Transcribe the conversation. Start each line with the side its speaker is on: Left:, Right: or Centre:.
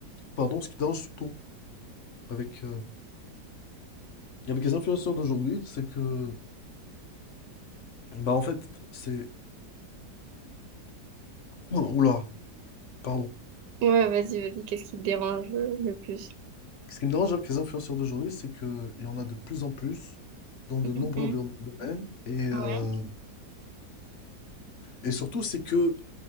Left: pardon, ce qui me dérange surtout avec, euh, avec les influenceurs d'aujourd'hui, c'est que Bah en fait, c'est... <clears throat> Oh, Oula, pardon.
Right: Ouais, vas-y, vas-y, qu'est-ce qui te dérange euh, le plus?
Left: Ce qui me dérange avec les influenceurs d'aujourd'hui, c'est qu'il y en a de plus en plus dans de nombreux
Right: Mhm.
Left: dom- domaines. Et,
Right: Ouais.
Left: euh, et surtout, c'est que,